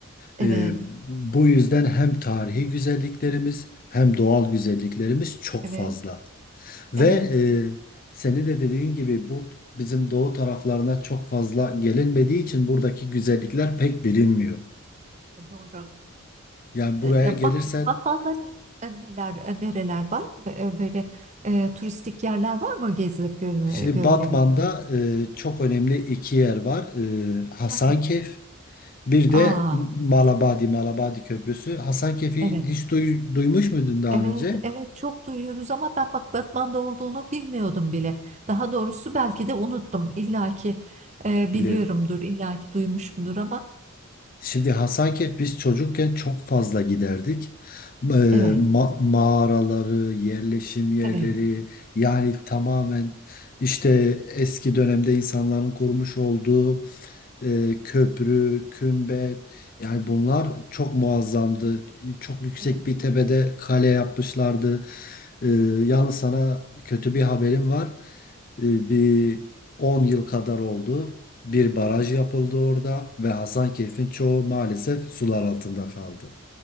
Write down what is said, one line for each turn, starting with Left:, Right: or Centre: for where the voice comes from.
Right: Evet,
Left: Ee, bu yüzden hem tarihi güzelliklerimiz hem doğal güzelliklerimiz çok
Right: evet,
Left: fazla. Ve
Right: evet.
Left: e, seni de dediğin gibi bu bizim doğu taraflarına çok fazla gelinmediği için buradaki güzellikler pek bilinmiyor.
Right: Doğru.
Left: Yani buraya
Right: Ee, E,
Left: gelirsen
Right: Bak, Batman'da ne- e, neler, e, nereler var? E, e, Böyle e, turistik yerler var mı gezilip görüle-
Left: şimdi
Right: görülebilecek?
Left: Batman'da e, çok önemli iki yer var. E, Hasankeyf
Right: Hı hı.
Left: bir de
Right: Aa,
Left: Malabadi, Malabadi Köprüsü. Hasankeyf'i
Right: evet,
Left: hiç duy- duymuş muydun daha
Right: evet,
Left: önce?
Right: evet çok duyuyoruz ama ben bak Batman'da olduğunu bilmiyordum bile. Daha doğrusu belki de unuttum. İlla ki e, biliyorumdur,
Left: Bilir.
Right: illa ki duymuşumdur ama
Left: Şimdi Hasankeyf biz çocukken çok fazla giderdik. Eee, ma-
Right: evet,
Left: mağaraları, yerleşim yerleri
Right: evet,
Left: yani tamamen işte eski dönemde insanların kurmuş olduğu e, köprü, kümbet yani bunlar çok muazzamdı. Çok yüksek
Right: evet,
Left: bir tepede kale yapmışlardı. E, yalnız sana kötü bir haberim var. E, bir 10 yıl kadar oldu. Bir baraj
Right: evet.
Left: yapıldı orada ve Hasankeyf'in çoğu maalesef sular altında kaldı.